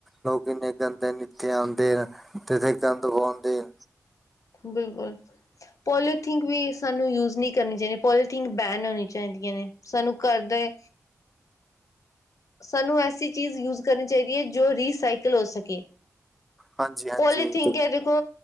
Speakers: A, in the centre; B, on the left.
A: ਲੋਕ ਇੰਨੇ ਗੰਦੇ ਨੇ ਇੱਥੇ ਆਉਦੇ ਨੇ ਅਤੇ ਇੱਥੇ ਗੰਦ ਪਉਂਦੇ ਹੈਂ
B: ਬਿਲਕੁਲ ਪੋਲੀਓਥੀਨ ਵੀ ਸਾਨੂੰ ਯੂਜ ਨਹੀਂ ਕਰਨੀ ਚਾਹੀਦੀ ਪੋਲੀਥੀਨ ਬੈਨ ਹੋਣੀ ਚਾਹੀਦੀਆਂ ਨੇ ਸਾਨੂੰ ਕਰਦੇ ਸਾਨੂੰ ਐਸੀ ਚੀਜ਼ ਯੂਜ ਕਰਨੀ ਚਾਹੀਦੀ ਹੈ ਜੋ ਰੀਸਾਈਕਲ ਹੋ ਸਕੇ
A: ਹਾਂਜੀ ਹਾਂਜੀ
B: ਪੋਲੀਥਨ ਕ ਦੇਖੋ